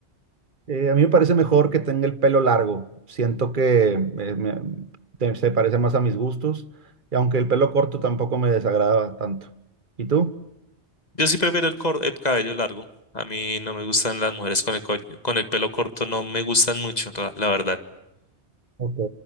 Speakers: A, on the right; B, on the left.
A: Eh, a mí me parece mejor que tenga el pelo largo. Siento que eh, me- te- se parece más a mis gustos. Y aunque el pelo corto tampoco me desagrada tanto. ¿Y tú?
B: Yo sí prefiero el, cor- el cabello largo. A mí no me gustan las mujeres con el, co- con el pelo corto, no me gustan mucho, la la verdad.
A: Ok.